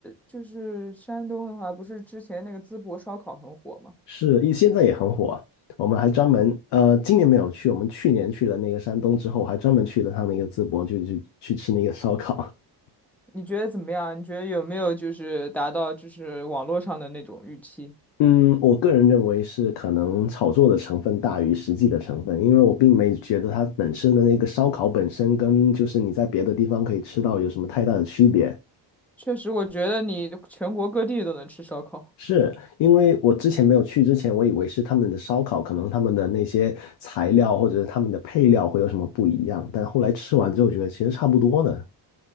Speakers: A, in the centre; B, on the left.
A: 就是山东的话，不是之前那个淄博烧烤很火吗？
B: 是，一现在也很火啊。我们还专门，呃，今年没有去，我们去年去了那个山东之后，还专门去了趟那个淄博，就去去吃那个烧烤。<laughs>
A: 你觉得怎么样？你觉得有没有就是达到就是网络上的那种预期？
B: 嗯，我个人认为是可能炒作的成分大于实际的成分，因为我并没觉得它本身的那个烧烤本身跟就是你在别的地方可以吃到有什么太大的区别。
A: 确实，我觉得你全国各地都能吃烧烤，
B: 是因为我之前没有去之前，我以为是他们的烧烤，可能他们的那些材料或者是他们的配料会有什么不一样，但后来吃完之后觉得其实差不多的。